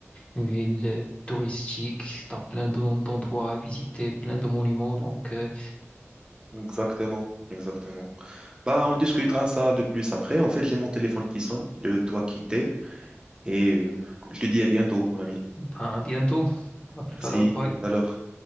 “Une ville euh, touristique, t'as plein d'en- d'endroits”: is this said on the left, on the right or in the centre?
Left